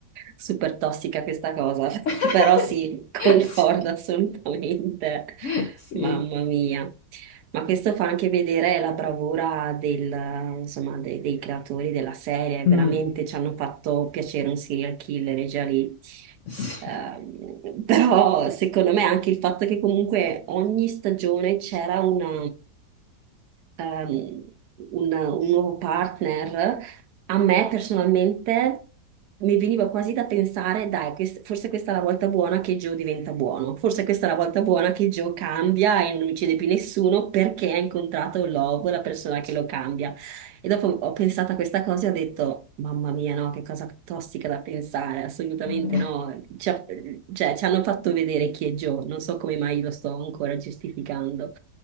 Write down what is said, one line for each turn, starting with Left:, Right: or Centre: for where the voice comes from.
Right: super tossica questa cosa,
Left: <laughs>
Right: <laughs> però sì, concordo
Left: Sì,
Right: assolutamente.
Left: sì, sì.
Right: Mamma mia. Ma questo fa anche vedere la bravura del, insomma, de- dei creatori della serie,
Left: Mm,
Right: veramente ci hanno fatto piacere un serial killer e già lì.
Left: sì.
Right: Ehm, <laughs> però secondo me anche il fatto che comunque ogni stagione c'era una, ehm, un, un nuovo partner a me personalmente mi veniva quasi da pensare, dai, quest- forse questa è la volta buona che Joe diventa buono, forse questa è la volta buona che Joe cambia e non uccide più nessuno perché ha incontrato Love, la persona che lo cambia. E dopo ho pensato a questa cosa e ho detto, mamma mia, no, che cosa tossica da pensare, assolutamente
Left: Eh,
Right: no. Cioè, cioè, ci hanno fatto vedere chi è Joe, non so come mai lo sto ancora giustificando.